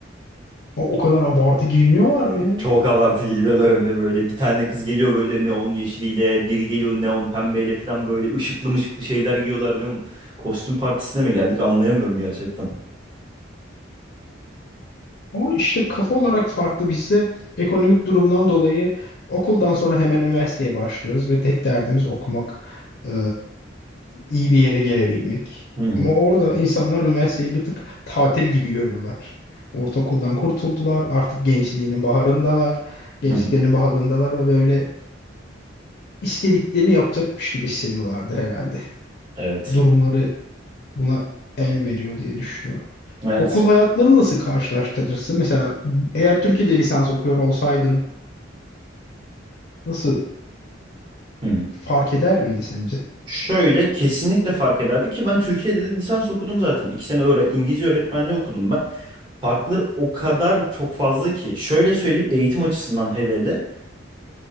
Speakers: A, on the left; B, on the right.
A: O, o kadar abartı giyiniyorlar mı ya?
B: Çok abartı geliyorlar hem de böyle. Bir tane kız geliyor böyle neon yeşiliyle, biri geliyor neon pembeyle falan böyle ışıklı mışıklı şeyler giyiyorlar diyorum. Kostüm partisine mi geldik anlayamıyorum gerçekten.
A: Ama işte kafa olarak farklı. Bizde ekonomik durumdan dolayı okuldan sonra hemen üniversiteye başlıyoruz ve tek derdimiz okumak, e, iyi bir yere gelebilmek.
B: Hı hı,
A: Ama orada insanlar üniversiteyi bir tık tatil gibi görüyorlar. Ortaokuldan kurtuldular, artık gençliğinin baharındalar, gençliklerinin
B: hı hı.
A: baharındalar ve böyle istediklerini yapacakmış gibi hissediyorlardır herhalde.
B: Evet.
A: Durumları buna el veriyor diye düşünüyorum.
B: Evet.
A: Okul hayatlarını nasıl karşılaştırırsın? Mesela eğer Türkiye'de lisans okuyor olsaydın nasıl
B: Hı hı.
A: fark eder miydi sence?
B: Şöyle kesinlikle fark ederdi ki ben Türkiye'de de lisans okudum zaten. İki sene öğre İngilizce öğretmenliği okudum ben. Farkları o kadar çok fazla ki. Şöyle söyleyeyim eğitim açısından hele hele.